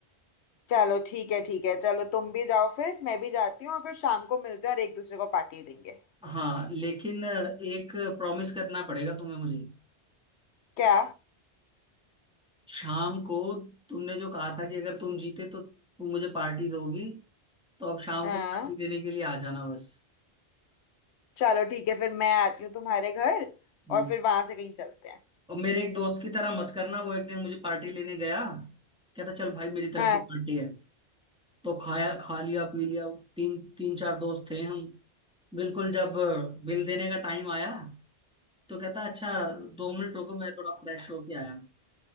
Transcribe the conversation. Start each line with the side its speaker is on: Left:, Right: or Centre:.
Left: चलो ठीक है ठीक है चलो तुम भी जाओ फिर मैं भी जाती हूँ और फिर शाम को मिलते हैं और एक दूसरे को पार्टी देंगे
Centre: हाँ लेकिन एक प्रॉमिस करना पड़ेगा तुम्हें मुझे
Left: क्या
Centre: शाम को तुमने जो कहा था कि अगर तुम जीते तो तुम मुझे पार्टी दोगी तो अब शाम
Left: हाँ
Centre: को पार्टी देने के लिए आ जाना बस
Left: चलो ठीक है फिर मैं आती हूँ तुम्हारे घर
Centre: हम्म।
Left: और फिर वहां से कहीं चलते हैं
Centre: और मेरे एक दोस्त की तरह मत करना वो एक दिन मुझे पार्टी लेने गया कहता चल भाई मेरी तरफ
Left: हाँ
Centre: से पार्टी है तो खाया खा लिया पी लिया तीन तीन चार दोस्त थे हम बिल्कुल जब बिल देने का टाइम आया तो कहता अच्छा दो मिनट रुको मैं थोड़ा फ्रेश होके आया